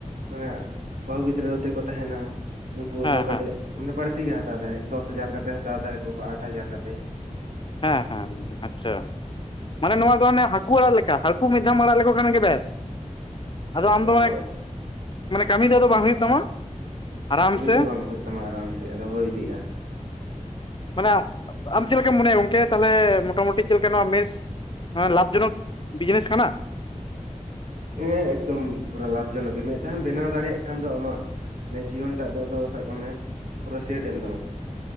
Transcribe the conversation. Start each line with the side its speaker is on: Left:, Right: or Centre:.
Right: ᱢᱟᱱᱮ ᱵᱟᱹᱦᱩ ᱜᱤᱫᱽᱨᱟᱹ ᱟᱛᱮᱫ ᱠᱚ ᱛᱟᱦᱮᱱᱟ ᱩᱱᱠᱩ
Left: ᱦᱮᱸ
Right: ᱫᱚ ᱠᱟᱹᱴᱤᱡ
Left: ᱦᱮᱸ
Right: ᱢᱟᱱᱮ ᱵᱟᱹᱲᱛᱤ ᱜᱮ ᱦᱟᱛᱟᱣᱮᱫᱟᱭ ᱫᱚᱥ ᱦᱟᱡᱟᱨ ᱠᱟ ᱠᱟᱛᱮᱫᱟ ᱦᱟᱛᱟᱣ ᱫᱟᱭ ᱟᱴ ᱦᱟᱡᱟᱨ ᱠᱟᱛᱮᱫ
Left: ᱦᱮᱸ ᱦᱮᱸ ᱟᱪᱪᱷᱟ ᱢᱟᱱᱮ ᱱᱚᱣᱟ ᱫᱚ ᱚᱱᱮ ᱦᱟᱹᱠᱩ ᱚᱲᱟᱜ ᱞᱮᱠᱟ ᱦᱟᱹᱠᱩ ᱢᱤᱫ ᱫᱷᱟᱣᱮᱢ ᱟᱲᱟᱜ ᱞᱮᱠᱚ ᱠᱷᱟᱱ ᱜᱮ ᱵᱮᱥ ᱟᱫᱚ
Right: ᱮᱠᱫᱚᱢ
Left: ᱟᱢ ᱫᱚ ᱢᱟᱱᱮᱠ
Right: ᱦᱳᱭ
Left: ᱢᱟᱱᱮ ᱠᱟᱹᱢᱤ ᱫᱚ ᱟᱫᱚ ᱵᱟᱝ ᱦᱳᱭᱳᱜ ᱛᱟᱢᱟ ᱟᱨᱟᱢ
Right: ᱠᱟᱹᱢᱤ
Left: ᱥᱮ
Right: ᱫᱚ ᱵᱟᱝ ᱦᱳᱭᱳᱜ ᱛᱟᱢᱟ ᱟᱨᱟᱢᱥᱮ ᱟᱫᱚ ᱦᱳᱭ ᱤᱫᱤᱜᱼᱟ
Left: ᱢᱟᱱᱮ ᱟᱢ ᱪᱮᱜ ᱞᱮᱠᱟᱢ ᱢᱚᱱᱮᱭᱟ ᱜᱚᱝᱠᱮ ᱛᱟᱦᱚᱞᱮ ᱢᱚᱴᱟᱢᱩᱴᱤ ᱪᱮᱜ ᱞᱮᱠᱟ ᱱᱚᱣᱟ ᱢᱮᱥ ᱦᱮᱸ ᱞᱟᱵᱷᱡᱚᱱᱚᱠ ᱵᱤᱡᱱᱮᱥ ᱠᱟᱱᱟ
Right: ᱦᱮᱸ ᱮᱠᱫᱚᱢ ᱯᱩᱨᱟ ᱞᱟᱵᱷ ᱡᱚᱱᱚᱠ ᱜᱮ ᱢᱮᱜ ᱫᱷᱟᱣᱢ ᱵᱮᱱᱟᱣ ᱫᱟᱲᱮᱭᱟᱜ ᱠᱷᱟᱱ ᱫᱚ ᱟᱢᱟᱜ ᱢᱟᱱᱮ ᱡᱤᱭᱚᱱ ᱴᱟᱜ ᱫᱚ ᱟᱫᱚ ᱥᱟᱠ ᱠᱟᱜ ᱢᱮ ᱯᱩᱨᱟᱹ ᱥᱮᱴᱮᱱ ᱛᱟᱢᱟ